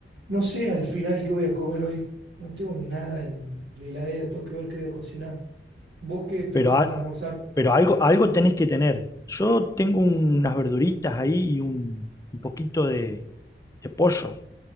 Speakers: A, on the right (about 75°); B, on the left (about 20°).
A: No sé al final qué voy a comer hoy. No tengo nada en la heladera, tengo que ver qué voy a cocinar. ¿Vos qué pensabas
B: Pero, a-
A: almorzar?
B: pero algo, algo tenés que tener. Yo tengo unas verduritas ahí y un, un poquito de, de pollo.